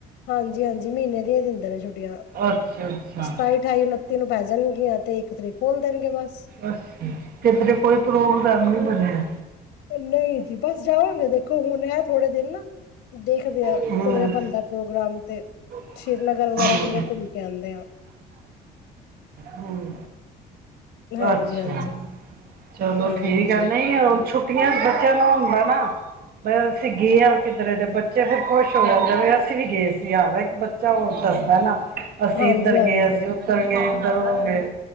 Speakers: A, on the left (about 75°); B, on the right (about 65°).
A: ਹਾਂਜੀ। ਹਾਂਜੀ, ਹਾਂਜੀ ਮਹੀਨੇ ਦੀਆਂ ਦਿੰਦੇ ਨੇ ਛੁੱਟੀਆਂ,
B: ਅੱਛਾ ਅੱਛਾ
A: ਸਤਾਈ, ਅਠਾਈ, ਉਨੱਤੀ ਨੂੰ ਪੈ ਜਾਣਗੇ। ਕਿਹਾ ਤੇ ਇੱਕ ਤਰੀਕ ਖੋਲ ਦੇਣਗੇ ਬਸ,
B: ਅ ਤੇਰੇ ਕੋਈ ਪ੍ਰੋਗਰਾਮ ਨੀ ਬਣਿਆ,
A: ਨਹੀਂ ਜੀ ਬਸ ਜਾਵਾਂਗੇ ਦੇਖੋ ਹੁਣ ਹੈ ਥੋੜੇ ਦਿਨ ਨਾ ਦੇਖਦੇ ਹਾਂ,
B: ਹੂੰ
A: ਕਿਧਰੇ ਬਣਦਾ ਪ੍ਰੋਗਰਾਮ ਤੇ
B: ਹੂੰ
A: ਸ੍ਰੀਨਗਰ ਵਗੈਰਾ ਕਿਧਰੇ ਘੁੰਮ ਕੇ ਆਉਂਦੇ ਆ
B: ਹੂੰ,
A: ਹਾਂਜੀ
B: ਅੱਛਾ,
A: ਹਾਂਜੀ
B: ਚਲੋ
A: ਹਾਂਜੀ
B: ਠੀਕ ਹੈ ਨਹੀਂ ਹੋਰ ਛੁੱ ਛੁੱਟੀਆਂ ਬੱਚਿਆਂ ਨੂੰ ਹੁੰਦਾ ਨਾ, ਬ ਅਸੀਂ ਗਏ ਹਾਂ ਕਿੱਧਰੇ ਦੇ ਬੱਚੇ ਫੇਰ ਖੁਸ਼ ਹੋ ਜਾਂਦੇ ਅਸੀਂ ਵੀ ਗਏ ਸੀ ਯਾਰ ਇੱਕ ਬੱਚਾ ਹੋ ਦੱਸਦਾ ਨਾ, ਅਸੀਂ
A: ਹਾਂਜੀ
B: ਇੱਧਰ
A: ਹਾਂਜੀ
B: ਗਿਆ ਸੀ, ਉੱਧਰ ਏਧਰਲਾ ਗਏ,